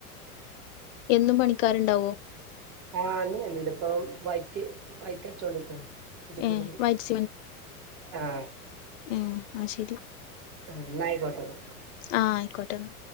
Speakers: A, on the left (about 60°); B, on the right (about 55°).
A: എന്നും പണിക്കാരുണ്ടാവോ?
B: ആഹ് എന്നുംവെര്ല്ണ്ട്പ്പ വൈറ്റ് വൈറ്റ് അടിച്ചോണ്ട് ഇക്കാണ് റ്റ്സിമെന്റ്
A: ഏ വൈറ്റ്
B: ആഹ്
A: ഉം ആഹ് ശെരി.
B: ആഹ് ന്നയിക്കോട്ടെന്ന.
A: ആഹ് ആയിക്കോട്ടെന്നാ.